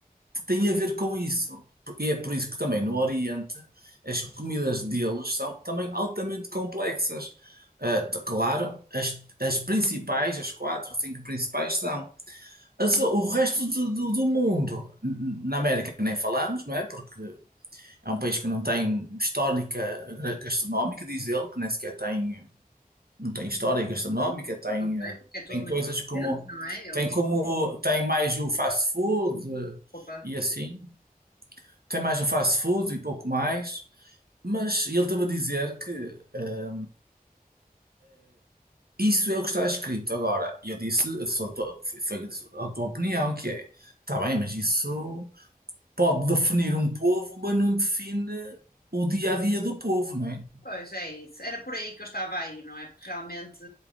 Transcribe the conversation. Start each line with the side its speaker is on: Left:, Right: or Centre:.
Right: tem a ver com isso. E é por isso que também no Oriente as comidas deles são também altamente complexas. Ah, t- claro, as, as principais, as quatro ou cinco principais são. As- o resto do, do- do mundo, n- na América nem falamos, não é? Porque é um país que não tem histórica gra- gastronómica, diz ele, que nem sequer tem, não tem história gastronómica, tem,
Left: também,
Right: eh,
Left: porque é tudo
Right: tem
Left: muito
Right: coisas
Left: recente,
Right: como,
Left: não é? Eles,
Right: tem como, tem mais o fast food eh,
Left: claro,
Right: e assim, tem mais o fast food e pouco mais, mas ele estava a dizer que eh, isso é o que está escrito. Agora, e eu disse, eu sou, tô- foi a tua opinião, que é, está bem, mas isso pode definir um povo, mas não define o dia a dia do povo, não é?
Left: Pois é isso. Era por aí que eu estava aí, não é? Porque realmente,